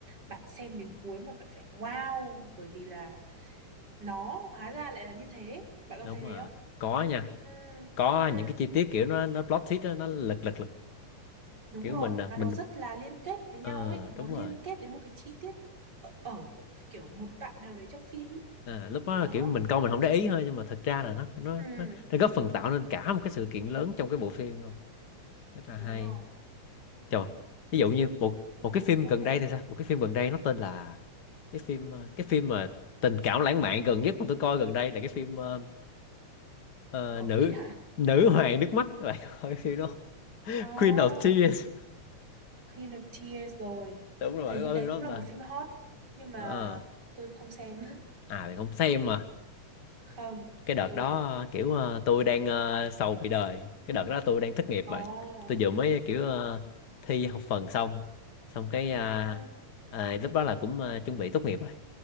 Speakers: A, on the right; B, on the left.
A: bạn xem đến cuối mà bạn phải wow bởi vì là nó hóa ra lại là như thế bạn có
B: đúng
A: thấy
B: rồi
A: thế không
B: có nha
A: ừ
B: có
A: ừ
B: những cái chi tiết kiểu nó nó plot twist đó, nó lật lật
A: đúng
B: kiểu
A: rồi
B: mình à
A: mà
B: mình
A: nó rất là liên kết với
B: ờ,
A: nhau ấy nó
B: đúng
A: liên
B: rồi
A: kết đến một cái chi tiết ở, ở kiểu một đoạn nào đấy trong phim ấy
B: à, lúc đó
A: đó
B: là kiểu mình coi mình không để ý thôi nhưng mà thật ra là nó nó
A: ừ
B: nó, nó góp phần tạo nên cả một cái sự kiện lớn trong cái bộ phim luôn rất là
A: đúng
B: hay
A: rồi
B: trời ví dụ
A: phim
B: như một
A: phim
B: một
A: nào
B: cái phim
A: cũng ok
B: gần đây thì sao một cái phim gần đây nó tên là cái phim ờ, cái phim mà tình cảm lãng mạn gần nhất mà tôi coi gần đây là cái phim ờ, ờ,
A: phim có
B: nữ
A: quýt hả
B: nữ hoàng nước mắt các bạn có coi cái phim đó không? <laughs>
A: à
B: Queen of Tears
A: Queen of Tears rồi
B: đúng rồi
A: thì
B: bạn coi
A: đấy
B: phim đó
A: cũng
B: không
A: là
B: ta
A: một phim hot nhưng mà
B: Ờ.
A: tôi không xem <laughs>
B: à bạn không xem mà
A: không
B: cái đợt
A: ừ
B: đó ờ, kiểu ờ, tôi đang ờ, sầu vì đời cái đợt đó tôi đang thất nghiệp
A: ồ
B: bạn tôi vừa mới kiểu ờ, thi học phần xong xong cái à,
A: ừ
B: à, lúc đó là cũng ờ, chuẩn bị tốt nghiệp rồi